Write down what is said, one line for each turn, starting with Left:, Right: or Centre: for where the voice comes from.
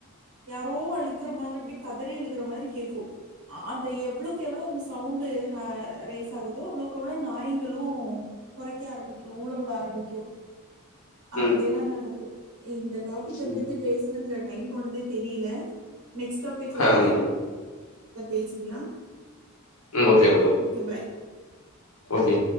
Right: யாரோ அழுகுற மாதிரி அப்படி கதரி அழுகுற மாதிரி கேட்கு அந்த எவ்வளோக்கு எவ்வளவு அந்த சவுண்டு அ ரைஸ் ஆகுதோ அவ்வுளோக்கவுளோ நாயிங்களு கொறைக்க ஆரம்பிக்கு ஊளவிட ஆரம்பிக்கு
Left: ம்
Right: அப்படியெல்லா நடக்கு இந்த டாபிக்கபத்தி
Left: ம்
Right: பேசனதுல டைம் போனதே தெரியல நெக்ஸ்ட் டாபிக்ல
Left: ஆ ம்
Right: பேசிக்கலா
Left: ம் okay madam
Right: okay bye
Left: okay